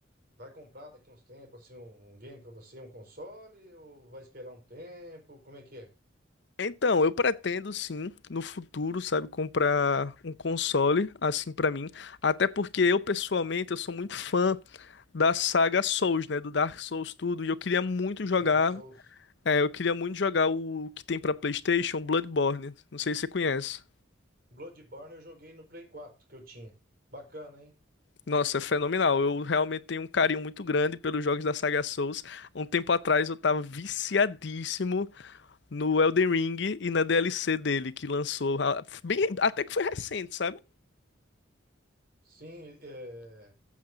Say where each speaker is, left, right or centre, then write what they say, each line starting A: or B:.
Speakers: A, on the right; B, on the left.
A: vai comprar daqui uns tempos, assim, um, um game pra você, um console, ou vai esperar um tempo? Como é que é?
B: Então, eu pretendo sim, no futuro, sabe, comprar um console assim pra mim, até porque eu pessoalmente eu sou muito fã da saga Souls, né, do Dark Souls tudo, e eu queria muito jogar,
A: Dark Souls.
B: é, eu queria muito jogar o que tem pra PlayStation, Bloodborne. Não sei se você conhece.
A: Bloodborne eu joguei no Play 4 que eu tinha. Bacana, hein?
B: Nossa, é fenomenal. Eu realmente tenho um carinho muito grande pelos jogos da saga Souls. Um tempo atrás eu tava viciadíssimo no Elden Ring e na DLC dele que lançou, ah, bem, até que foi recente, sabe?
A: Sim, é...